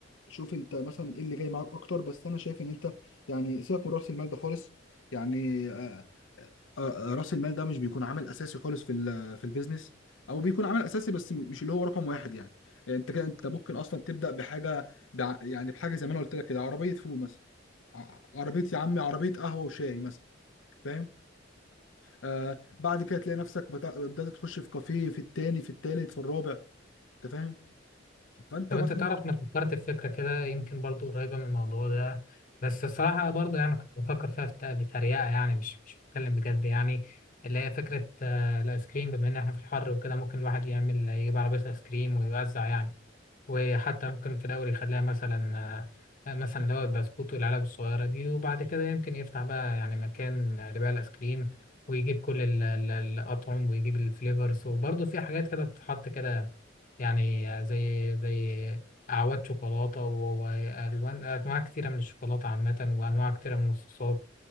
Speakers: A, on the left; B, on the left.
A: شوف انت مثلا ايه اللي جاي معاك اكتر بس انا شايف ان انت يعني سيبك من راس المال ده خالص يعني آه، آه، آه، آه، راس المال ده مش بيكون عامل اساسي خالص في ال- في البيزنس او بيكون عامل اساسي بس مش اللي هو رقم واحد يعني انت كده انت ممكن اصلا تبدا بحاجه بع- يعني بحاجه زي ما انا قلت لك كده عربيه فول مثلا ع- عربيه يا عمي عربيه قهوه وشاي مثلا فاهم آه بعد كده تلاقي نفسك بدأ- بدأت تخش في كافيه في التاني في التالت في الرابع انت فاهم فانت
B: طب
A: مثلا
B: انت تعرف انا فكرت في فكره كده يمكن برضو قريبه من الموضوع ده بس الصراحه برضو يعني كنت بفكر فيها بت- بتريقه يعني مش مش بتكلم بجد يعني اللي هي فكره آه، الايس كريم بما ان احنا في الحر وكده ممكن الواحد يعمل يجيب عربيه ايس كريم ويوزع يعني وحتى ممكن في الأول يخليها مثلا آه، مثلا اللي هو البسكوت والعلب الصغيرة دي وبعد كده يمكن يفتح بقى يعني مكان لبيع الآيس كريم ويجيب كل ال- ال- الأطعم ويجيب الفليفرز وبرضه في حاجات كده بتتحط كده يعني آه، زي زي أعواد شوكولاتة و- وألوان أنواع كتيرة من الشوكولاتة عامة وأنواع كتيرة من الصوصات